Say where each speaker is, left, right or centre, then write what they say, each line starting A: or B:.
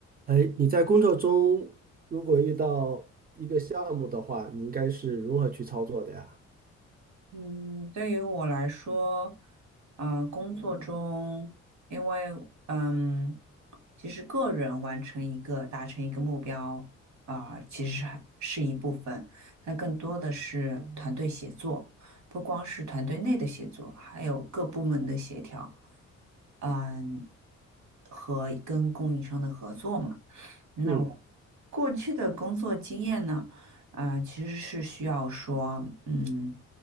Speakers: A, on the right; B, on the right.
A: 哎，你在工作中如果遇到一个项目的话，你应该是如何去操作的呀？
B: 嗯，对于我来说，嗯，工作中，因为嗯，其实个人完成一个达成一个目标啊，其实还是一部分，但更多的是团队协作，不光是团队内的协作，还有各部门的协调，嗯，和跟供应商的合作嘛。那我
A: 嗯，
B: 过去的工作经验呢，啊、其实是需要说，嗯，